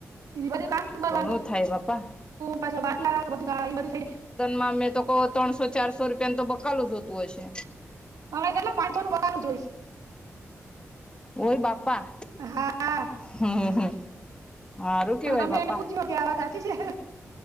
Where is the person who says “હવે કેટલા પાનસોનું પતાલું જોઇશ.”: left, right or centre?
Right